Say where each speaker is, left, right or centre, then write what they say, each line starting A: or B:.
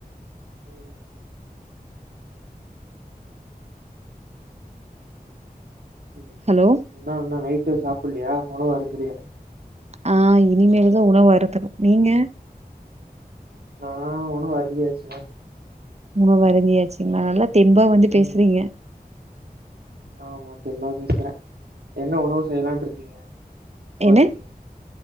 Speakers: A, on the right; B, on the right.
A: ம் சரிங்க.
B: ஹலோ
A: என்ன என்னா நைட்டு சாப்புட்லையா உணவு அருந்தலையா
B: ஆ இனிமேல்தா உணவு அருந்தணு நீங்க
A: நா உணவு அருந்தியாச்சுங்க
B: உணவு அருந்தியாச்சுங்களா நல்லா தெம்பா வந்து
A: ம்.
B: பேசுறீங்க
A: ஆமா தெம்ப பேசுறே என்ன உணவு செய்யலான்டு இருக்கீங்க இப்போதக்கி
B: என்ன?